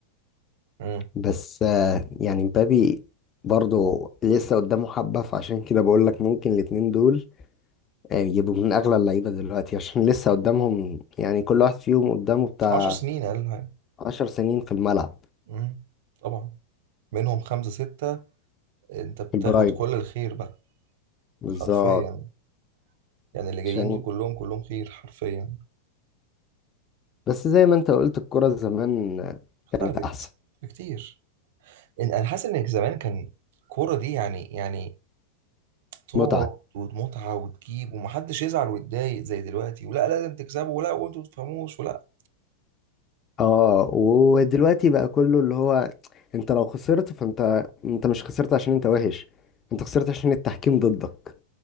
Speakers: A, on the right (about 50°); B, on the left (about 25°).
A: مم.
B: بس آه، يعني امبابي برضه لسه قدامه حبة فعشان كده بقول لك ممكن الاتنين دول آه، يبقوا من اغلى اللعيبة دلوقتي عشان لسه قدامهم يعني كل واحد فيهم قدامه بتاع
A: عشر سنين أقل حاجة
B: 10 سنين في الملعب
A: مم. طبعا منهم خمسة ستة أنت بتاخد
B: في البرايم
A: كل الخير بقى
B: بالظبط
A: حرفيا يعني اللي جايين
B: عشان
A: دول كلهم كلهم خير حرفيا
B: بس زي ما انت قلت الكرة زمان
A: اختلفت
B: كانت احسن
A: كتير إن- انا حاسس ان زمان كان الكوره دي يعني يعني تقعد
B: متعة
A: ومتعه وتجيب ومحدش يزعل ويتضايق زي دلوقتي ولا لازم تكسبوا ولا وانتوا ما تفهموش ولا
B: اه ودلوقتي بقى كله اللي هو انت لو خسرت فانت انت مش خسرت عشان انت وحش انت خسرت عشان التحكيم ضدك